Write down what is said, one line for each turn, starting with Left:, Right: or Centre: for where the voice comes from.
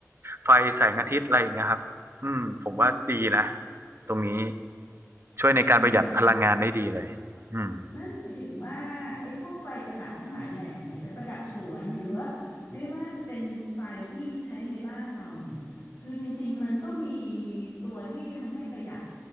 Right: ไฟแสงอาทิตย์อะไรอย่างเงี้ยครับอืมผมว่าดีนะ
Left: อืม
Right: ตรงนี้ช่วยในการประหยัดพลังงานได้ดีเลยอืม
Left: อืม นั่นหมายถึงว่าไอ้พวกไฟประดับทั้งหลายแหล่เนี่ยแต่ประดับสวนหรือว่าไม่ว่าจะเป็นไฟที่ใช้ในบ้านเราเนี่ยคือจริงๆมันก็มีตัวที่ทำให้ประหยัด